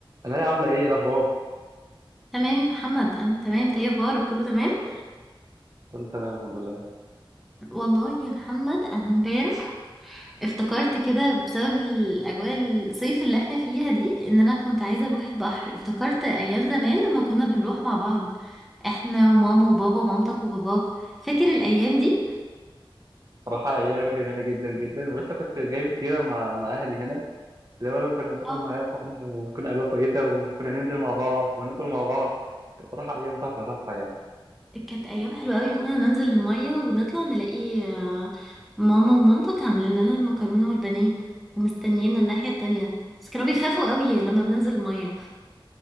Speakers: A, on the right (about 40°); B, in the centre.
A: انا هي عامله ايه إيه الاخبار
B: تمام يا محمد انا تمام ده ايه اخبارك كله تمام
A: كله تمام الحمد لله
B: والله يا محمد انا امبارح افتكرت كده بسبب الاجواء الصيف اللي احنا فيها دي ان انا كنت عايزه اروح البحر افتكرت ايام زمان لما كنا بنروح مع بعض احنا وماما وبابا ومامتك وباباك فاكر الايام دي
A: صراحه ايام جميله جدا جدا ولسه كنت جايب سيره مع مع اهلي هنا اللي هو لما كنا بنسافر
B: اه
A: معاكم وكنا اجواء كويسه وكنا ننزل مع بعض وناكل مع بعض كانت صراحه ايام تحفه تحفه يعني
B: كانت كانت ايام حلوه قوي كنا ننزل الميه ونطلع نلاقي آه، ماما ومامتك عاملين لنا المكرونه والبانيه ومستنينا الناحيه التانية بس كانوا بيخافوا قوي لما بننزل الميه